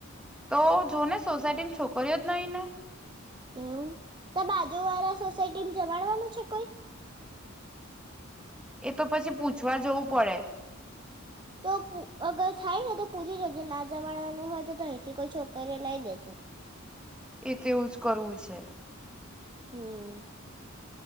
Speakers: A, in the centre; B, on the right.
A: તો જોને સોસાયટીની છોકરીઓ જ નહી ને
B: એવું તો બાજુ વાળા સોસાયટીને જમાડવાનું છે કોઈ?
A: એ તો પછી પૂછવા જવું પડે.
B: તો પૂ અગર થાય ને તો પૂછી જોજે ના જમાડવાનું હોય તો તો અહીંથી કોઈ છોકરીઓ લાઇ દેજે.
A: એ તેવું જ કરવું છે.
B: હમ